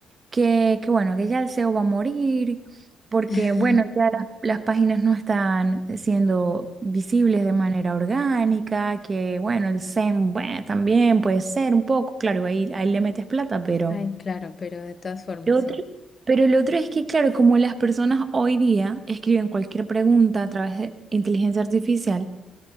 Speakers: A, on the right; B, on the left.
A: que, que bueno, que ya el SEO va a morir, porque
B: <laughs>
A: bueno, ya las, las páginas no están siendo visibles de manera orgánica, que bueno, el SEM, bueno, también puede ser un poco, claro, ahí, ahí le metes plata, pero
B: Ay, claro, pero de todas formas,
A: lo
B: sí.
A: otro, pero lo otro es que, claro, como las personas hoy día escriben cualquier pregunta a través de inteligencia artificial,